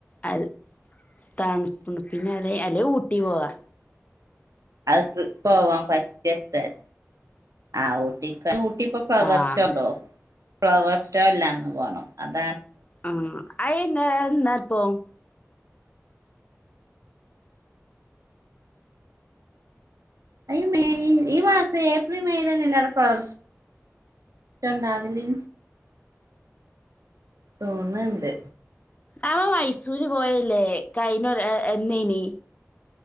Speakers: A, on the left; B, on the right.
A: അൽ തണുപ്ണ് പിന്നെ അലെ അല്ലെ ഊട്ടി പോവാ
B: അത് പോവാൻ പറ്റിയ സ്ഥല ആ ഊട്ടിക ഊട്ടിപ്പം ഫ്ലവർഷോണ്ടോ
A: ആഹ്
B: ഫ്ലവർഷോല്ലന്ന് പോണം അന്ന്
A: ആ ആയ്ന് ന്നപ്പം
B: അയ്മെയ് ഈ മാസ് ഏപ്രിൽ മെയ്ലല്ലേ ഫ്ലവർഷോ ഉണ്ടാവല് തോന്ന്ണ്ട്
A: ആ മൈസൂര് പോയില്ലേ കഴിഞ്ഞോരെ എന്നേനി